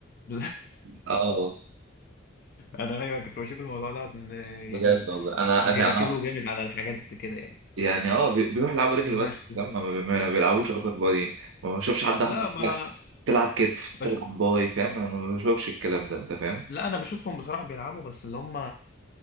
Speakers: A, on the left; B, on the right.
A: <laughs>
B: اه
A: انا ايوه كنت بشوف الموضوع دوت ان
B: بجد
A: يعني
B: والله انا
A: بيركزوا
B: انا
A: جامد على الحاجات كده يعني
B: يعني اه بي- بيروح يلعبوا رجل
A: اللي
B: بس
A: انا شفتهم
B: لما ما بي- ما بيلعبوش ابر بادي ما بشوفش حد
A: لا
B: احمر
A: ما
B: لا تلعب كتف
A: بش...
B: تلعب باي فاهم انا ما بشوفش الكلام ده انت فاهم
A: لا انا بشوفهم بصراحه بيلعبوا بس اللي هم